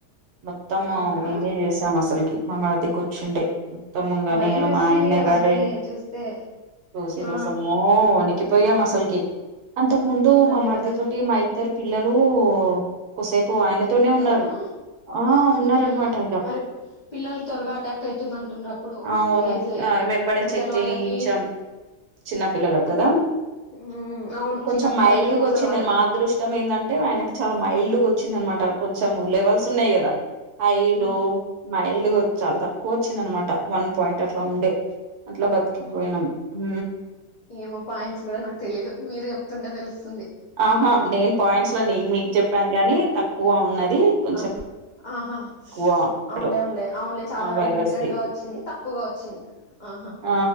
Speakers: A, on the right (about 70°); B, on the left (about 75°).
A: మొత్తం
B: అవునా
A: నేనే చేసాం అసలుకి మా మరిది కూర్చుండే, ఉత్తముంగా
B: భయం
A: నేను
B: వేస్తుంది
A: మాయన్న
B: అవన్నీ
A: గారే
B: చూస్తే
A: చూసి
B: ఆ
A: చూసమ్మో ఉనికి. పోొయ్యాం అసలుకి అంతకు ముందు
B: అదే
A: మా మరది
B: కదా
A: తోటి మా ఇద్దరు పిల్లలు, కోసేపు ఆయనతోనే
B: ఉండేవారా
A: ఉన్నారు. ఆ ఉన్నార
B: ఉహు
A: అన్మాట ఇగ.
B: మరి పిల్లలకి త్వరగా అటాక్ అయితుంది అంటుండ్రు అప్పుడు
A: అవును
B: ఏజ్
A: వెంబడే
B: ముసలి
A: చెక్ చేయించాం
B: వాళ్ళకి
A: చిన్నపిల్లల కదా,
B: ఉ అవును.
A: కొంచెం
B: చిన్న పిల్లలకి
A: మైల్డ్ గా
B: ముసలి
A: వచ్చింది,
B: వాళ్ళకి
A: మా అదృష్టి. అదృష్టం ఏంటంటే ఆయనకి చాలా మైల్డ్గా వచ్చింది అనమాట కొంచెం లెవెల్స్ ఉన్నాయి కదా, హై
B: ఉమ్
A: లో మైల్డ్ గా చాలా తక్కువ వచ్చింద అనమాట వన్ పాయింట్ అట్లా ఉండే. అట్లా బతికిపోయినాం ఊ
B: ఏమోపాయింస్ కూడా నాకు తెలీయదు మీరు చెప్తుంటే తెలుసు.
A: ఆహా నేను పాయింట్స్ లో నేను మీకు చెప్పాను గాని తక్కువ ఉన్నది కొంచెం,
B: ఆహా ఆహా
A: ఎక్కువ
B: అవునులే
A: లో
B: అవున్లే అవున్లే చాలా
A: ఆ వైరస్ది
B: లిమిటెడ్ గా వచ్చి. వింది తక్కువగా వచ్చింది ఆహా
A: ఆ